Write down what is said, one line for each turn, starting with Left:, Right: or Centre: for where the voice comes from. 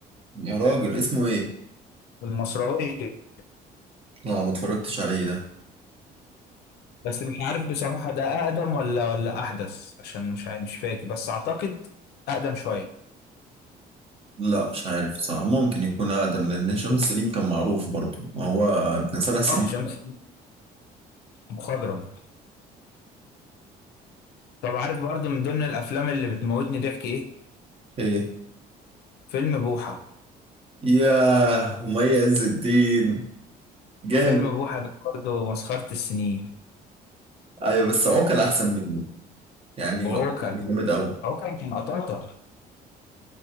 Right: يا راجل اسمه إيه؟
Left: المصراوية
Right: لا ما اتفرجتش عليه ده
Left: بس مش عارف بصراحة ده أقدم ولا ولا أحدث عشان مش عارف- مش فاكر بس أعتقد أقدم شوية
Right: لا مش عارف صراحة ممكن يكون أقدم لأن هشام سليم كان معروف برضو ما هو ابن صلاح سليم
Left: اه شمس مخضرم طب عارف برضه من ضمن الأفلام اللي بتموتني ضحك إيه؟
Right: إيه
Left: فيلم بوحة
Right: ياه ومي عز الدين جامد
Left: فيلم بوحة ده برضه مسخرة السنين
Right: ايوه بس عقل احسن منه يعني
Left: وعوكل
Right: عقل جامد قوي
Left: عوكل كان قطاطة